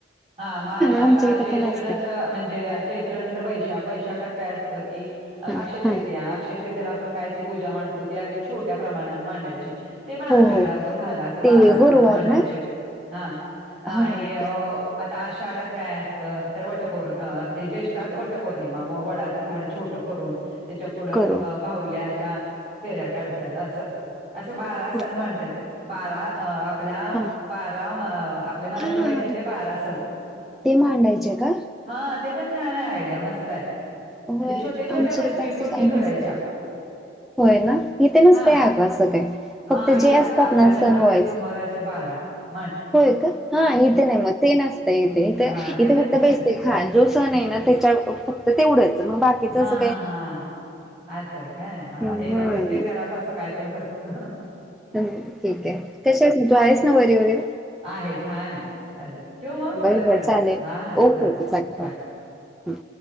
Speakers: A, on the right; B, in the centre.
A: हा
B: आमच्या इथं
A: ज्येषठ
B: पण असतात
A: नंतर म्हणजे चैत्र नंतर वैशाख वैशाखात काय असतं की
B: हा
A: अक्षय तरीितया
B: हा
A: अक्षय तती त्याला आपण काय ती पूजा मडतो ती अगदी छोट्या प्रमाणात मांडायची ते पण आमच्याकड
B: हो हो हो
A: झालं अस बारा
B: ते गुरुवार
A: सण मांडायचे
B: ना
A: हा
B: हा
A: आणि
B: ते
A: आता शाळात काय असतं तर वटपौर्ण ज्येष्ठात वटपौर्णिमा व वडाचं झाड छोटं करून तेच्या पुुढं
B: करून
A: अ- बाहुल्या अशा फेऱ्या काढत्यात असं असं बारा
B: हो
A: सण म्हणतात बारा अ आपल्या
B: हा
A: बारा आपल्या मराठी
B: हा.
A: महिन्यातले बारा सण
B: ते मांडायचे का?
A: हा ते पण छान आहे आयडिया मस्त आहे म्हणजे
B: होय
A: छोट्या छोट्या
B: आमच्या
A: प्रतिकृती
B: इथ असं काय
A: करायच्या
B: नसतय. होय ना इथे नसतय
A: हा-
B: अगं असं काय
A: हा..
B: फक्त
A: इथं
B: जे असतात
A: असतं आपल्या
B: ना
A: गणपती
B: सण व्हायच
A: समोर असे बा बरा <unintelligible>
B: होय का हा इथं नाही मग ते इथं येतंय काय
A: हा ते
B: इथे
A: पण
B: फक्त
A: छान
B: बेसीक हा जो सण आहे ना तेच्या - फक्त तेवढंच मग बाकीच
A: हा
B: अस
A: हा हा असंय काय हा
B: हम्म
A: हे इथं प्रत्येक घरात असं काय पण करतात
B: हम्म ठीक आहे कशी आहेस म तू आहेस ना बरी वगैरे
A: आहे छान आहे चालेल ठेवू म
B: बर
A: परत
B: बर
A: करते
B: चालेल
A: हा हा
B: ओके -ओके चालेल
A: बाय
B: बाय-बाय हम्म